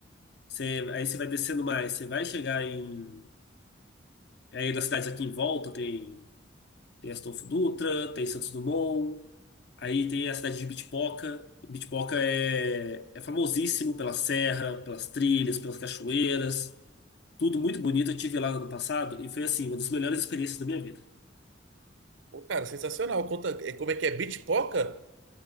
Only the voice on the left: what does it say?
você- aí você vai descendo mais, você vai chegar em... Aí nas cidades aqui em volta tem, tem Astolfo Dutra, tem Santos Dumont, aí tem a cidade de Bitipoca. E Bitipoca é, é famosíssimo pela serra, pelas trilhas, pelas cachoeiras, tudo muito bonito. Eu tive lá no ano passado e foi assim, uma das melhores experiências da minha vida.